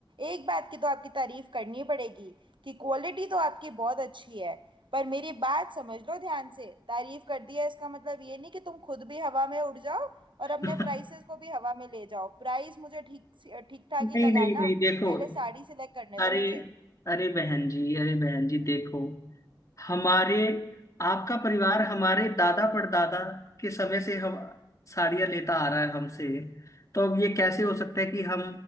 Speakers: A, on the right; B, on the left.
A: एक बात की तो आपकी तारीफ करनी पड़ेगी कि क्वालिटी तो आपकी बहुत अच्छी है पर मेरी बात समझ लो ध्यान से तारीफ कर दिया इसका मतलब ये नहीं कि तुम खुद भी हवा में उड़ जाओ
B: <laughs>
A: और अपने प्राइसेस को भी हवा में ले जाओ प्राइस मुझे ठीक ठीक ठाक
B: नहीं
A: ही लगाना
B: नहीं नहीं देखो
A: पहले साड़ी सिलेक्ट करने
B: अरे
A: दो मुझे
B: अरे बहन जी अरे बहन जी देखो हमारे आपका परिवार हमारे दादा परदादा के समय से हम साड़ियाँ लेता आ रहा है हमसे तो अब ये कैसे हो सकता है कि हम